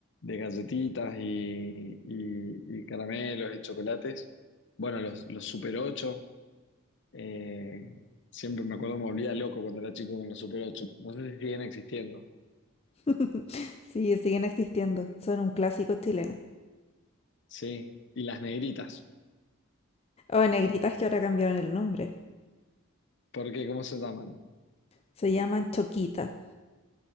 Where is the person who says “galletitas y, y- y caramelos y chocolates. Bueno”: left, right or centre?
Left